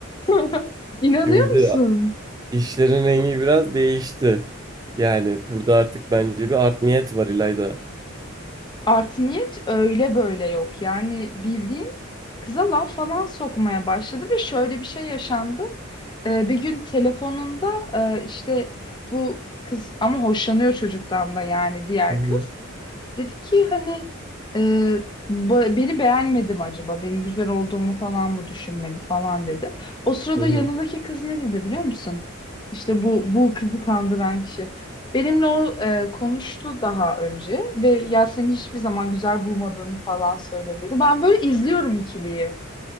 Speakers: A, on the left; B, on the right.
A: <laughs> İnanıyor
B: Şimdi
A: musun?
B: işlerin rengi biraz değişti. Yani burada artık bence bir art niyet var İlayda.
A: Artı niyet öyle böyle yok. Yani bildiğin kıza laf falan sokmaya başladı ve şöyle bir şey yaşandı. Ee, bir gün telefonunda e, işte bu kız ama hoşlanıyor çocuktan da yani diğer
B: Hı hı,
A: kız. Dedi ki hani e, ba- beni beğenmedi mi acaba? Benim güzel olduğumu falan mı düşünmedi falan dedi. O sırada
B: hı hı.
A: yanındaki kız ne dedi biliyor musun? İşte bu bu kızı kandıran kişi. Benimle o e, konuştu daha önce ve ya seni hiçbir zaman güzel bulmadığını falan söyle dedi. Ben böyle izliyorum ikiliyi.